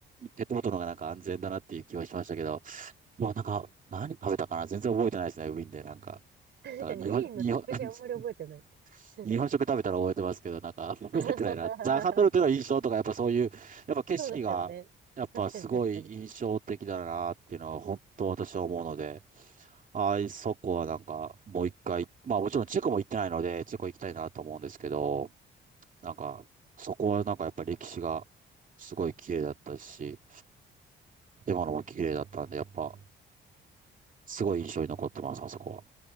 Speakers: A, on the right; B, on the right.
A: ペットボトルの方がなんか安全だなっていう気はしましたけど、まあなんか、何食べたかな全然覚えてないですね、ウィーンでなんか。
B: 確かにメインの食事あんまり覚えてない。
A: だから日本、日本、<laughs>
B: <laughs>
A: 日本食食べたら覚えてますけど、なんか覚えてないな。
B: <laughs>
A: ザガトルテの印象とか、やっぱそういう、やっぱ景色が、
B: そうですよね。
A: やっぱすごい印象的だなっていうのは本当私は思うので、
B: 確かに確かに。うん、
A: ああ、そこはなんかもう一回、まあもちろんチェコも行ってないので、チェコ行きたいなと思うんですけど、なんか、そこはなんかやっぱ歴史がすごい綺麗だったし、今のも綺麗だったんで、やっぱすごい印象に残ってます、あそこは。